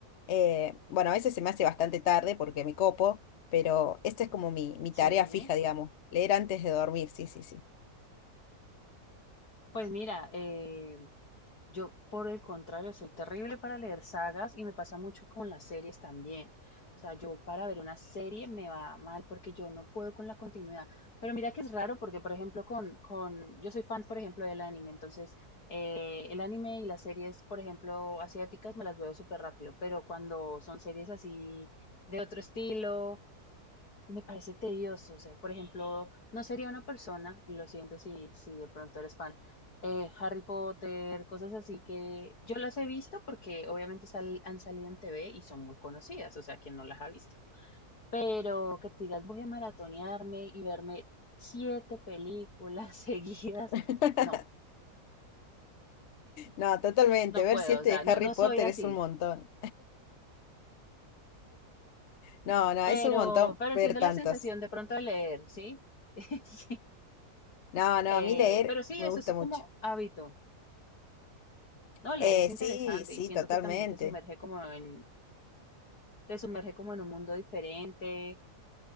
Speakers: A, on the left; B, on the left.
A: Eh, bueno, a veces se me hace bastante tarde porque me copo, pero esta es como mi, mi tarea
B: Sí.
A: fija, digamos, leer antes de dormir, sí, sí, sí.
B: Pues mira, eh, yo por el contrario soy terrible para leer sagas y me pasa mucho con las series también. O sea, yo para ver una serie me va mal porque yo no puedo con la continuidad. Pero mira que es raro porque, por ejemplo, con, con, yo soy fan, por ejemplo, del anime. Entonces, eh, el anime y las series, por ejemplo, asiáticas me las veo súper rápido. Pero cuando son series así de otro estilo me parece tedioso, o sea, por ejemplo, no sería una persona, y lo siento si, si de pronto eres fan, eh, Harry Potter, cosas así que yo las he visto porque obviamente sal- han salido en TV y son muy conocidas, o sea, quien no las ha visto. Pero que tú digas, voy a maratonearme y verme siete películas <laughs> seguidas,
A: <laughs>
B: no,
A: No, totalmente,
B: no
A: ver
B: puedo,
A: siete
B: o sea,
A: de
B: no,
A: Harry
B: no
A: Potter
B: soy así.
A: es un montón. No, no,
B: Pero,
A: es un montón
B: pero
A: ver
B: entiendo
A: tantos.
B: la sensación de pronto de leer, ¿sí? <laughs> Sí.
A: No, no,
B: Eh,
A: a mí leer
B: pero sí,
A: me
B: eso
A: gusta
B: es
A: mucho.
B: como hábito. No,
A: Eh,
B: leer es interesante
A: sí, sí,
B: y siento
A: totalmente.
B: que también te sumerge como en, te sumerge como en un mundo diferente,